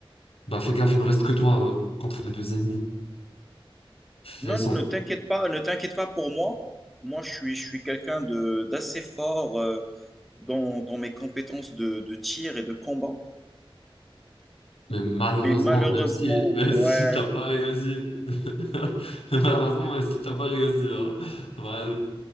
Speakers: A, on the left (about 85°); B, in the centre.
A: Bah fais gaffe, il ne reste que toi euh, contre les deux ennemis. Fais
B: Non,
A: son...
B: non, ne t'inquiète pas, ne t'inquiète pas pour moi. Moi, je suis, je suis quelqu'un de d'assez fort euh, dans, dans mes compétences de, de tir et de combat.
A: Mais malheureusement,
B: Mais malheureusement,
A: même si, <laughs> même
B: ouais.
A: si t'as pas réussi, <laughs> Mais malheureusement, même si t'as pas réussi, hein. Voilà,